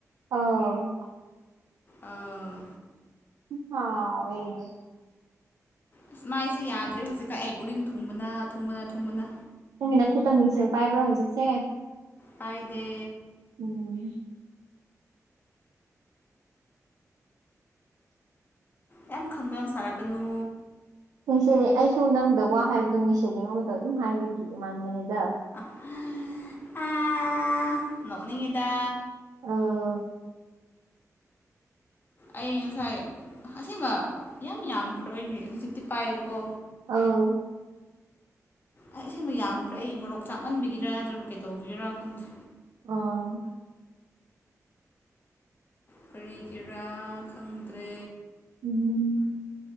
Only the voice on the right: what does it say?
ꯑ
ꯍꯥꯎ
ꯅꯪꯒꯤ ꯅꯈꯨꯠꯇꯃꯤꯡꯁꯦꯜ ꯄꯥꯏꯕ꯭ꯔꯣ ꯍꯧꯖꯤꯛꯁꯦ
ꯎꯝ
ꯌꯦꯡꯁ ꯑꯩꯁꯨ ꯅꯪꯗ ꯋꯥ ꯍꯥꯏꯕꯗꯣ ꯃꯤꯁꯦ ꯌꯦꯡꯉꯣꯟꯕꯗ ꯑꯗꯨꯝ ꯍꯥꯏꯕꯒꯤ ꯏꯃꯥꯟꯕꯅꯤꯗ
ꯑꯣ꯫
ꯑꯥꯎ
ꯑꯣ꯫
ꯎꯝ